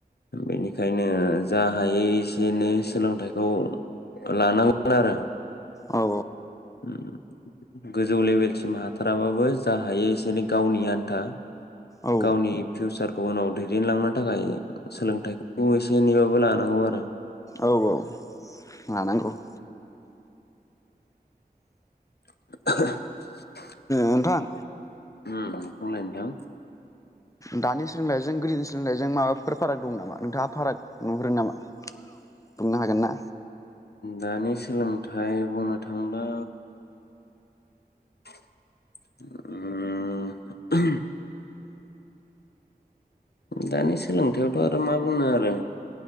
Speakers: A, on the left; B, on the left.
A: बेनिखायनो जा हायै एसे एनै सोलोंथाइखौ लानांगोन आरो
B: औ
A: उम गोजौ लेभेलसिम हाथाराबाबो जा हायो एसे एनै गावनि आन्था
B: औ
A: गावनि फिउसारखौ उनाव दैदेनलांनो थाखाय सोलोंथाइखौ एसे एनैबाबो लानांगौ आरो
B: औ औ लानांगौ
A: <unintelligible>
B: नोंथां
A: ओम बुंनाय नोंथां।
B: दानि सोलोंथाइजों गोदोनि सोलोंथाइजों माबाफोर फाराग दं नामा नोंथाङा फाराग नुहरो नामा बुंनो हागोन ना?
A: दानि सोलोंथाइ बुंनो थाङोब्ला ओम दानि सोलोंथायावथ' आरो मा बुंनो आरो